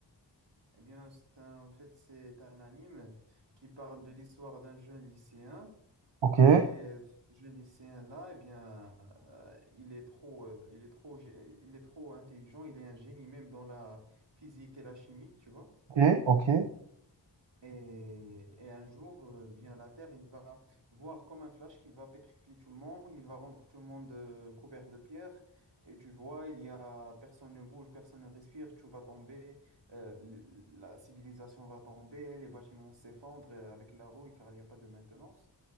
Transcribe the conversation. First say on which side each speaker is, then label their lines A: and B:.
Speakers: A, on the right (about 70°); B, on the right (about 85°).
A: Eh bien, c'est un- en fait, c'est un anime qui parle de l'histoire d'un jeune lycéen
B: Ok,
A: Et ce lycéen-là, eh bien, euh, il est trop, euh, il est trop, gé- il est trop intelligent, il est un génie même dans la physique et la chimie, tu vois.
B: ok, ok,
A: Et, et un jour, euh, bien, la Terre, il va voir comme un flash qu'il va pétrifier tout le monde, il va rendre tout le monde euh, couvert de pierre. Et tu vois, il y a personne ne bouge, personne ne respire, tout va tomber, euh, l- la civilisation va tomber, les bâtiments s'effondrent euh, avec la rouille car il n'y a pas de maintenance.